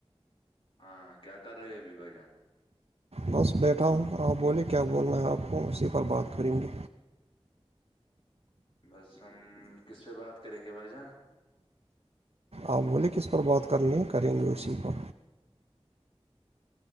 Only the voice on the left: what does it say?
ہاں کیا کر رہے ہو ابھی بھائی جان
بس ہم کس سے بات کریں گے بھائی جان